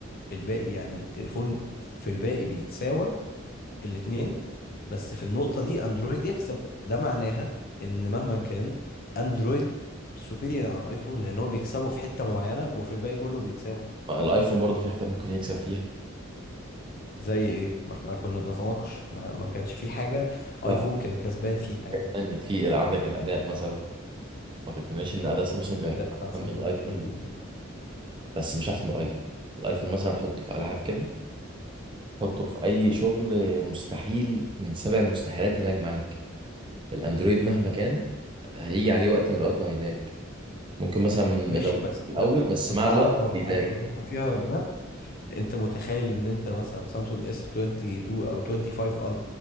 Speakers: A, on the left; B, on the right.
A: الباقي يعني التليفون في الباقي بيتساوى الاتنين بس في النقطة دي اندرويد يكسب ده معناها ان مهما كان اندرويد سوبيريور عن ايفون لان هو بيكسبه في حتة معينة وفي الباقي كله بيتساوى
B: الايفون برضو في حتة ممكن يكسب فيها
A: زي ايه ما احنا كنا بنتناقش ما, ما كانش في حاجه
B: لا
A: ايفون كان كسبان فيها يعني
B: تانية في عندك الأداء مثلا ما تقتنعش إن أداء سامسونج
A: الاداء
B: هيكون أحسن
A: بتاع سامسونج
B: من الأيفون
A: حلو جدا
B: بس مش احسن من الايفون الايفون مثلا حطه في العاب كده حطه في اي شغل مستحيل من سبع المستحيلات يلاج معاك الاندرويد مهما كان هيجي عليه وقت من الاوقات وهيلاج ممكن مثلا
A: ماشي
B: لو
A: بس انت
B: في الاول بس
A: طب
B: مع
A: تعالى
B: الوقت
A: نقارن
B: بيلاج
A: عايز تفكر فيها بجد انت متخيل ان انت مثلا سامسونج اس 22 او 25